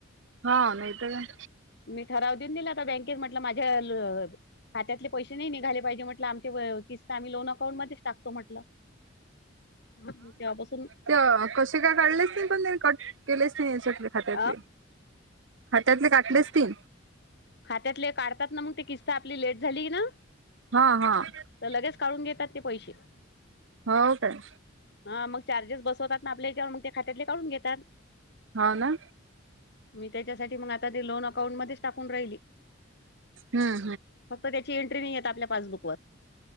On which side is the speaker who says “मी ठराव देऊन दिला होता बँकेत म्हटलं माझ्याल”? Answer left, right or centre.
Left